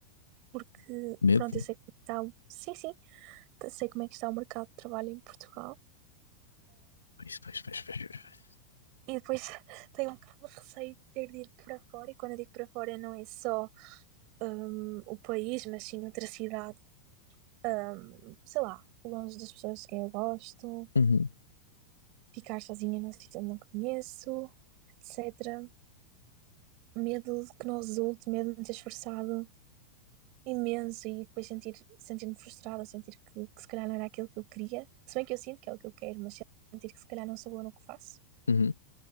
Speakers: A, on the right; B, on the left.
A: porque,
B: Medo?
A: pronto, eu sei como está o... Sim, sim, sei como é que está o mercado de trabalho em Portugal.
B: Pois, pois, pois, pois. pois.
A: E depois <laughs> tenho um bocado de receio de ter de ir para fora, e quando eu digo para fora não é só hum, o país, mas sim outra cidade, hum, sei lá, longe das pessoas que eu gosto,
B: Uhum.
A: ficar sozinha num sítio onde não conheço, etc. Medo que não resulte, medo de me ter esforçado imenso e depois sentir, sentir-me frustrada, sentir que, que se calhar não era aquilo que eu queria, se bem que eu sinto que é o que eu quero, mas sentir que se calhar não sou boa no que faço.
B: Uhum,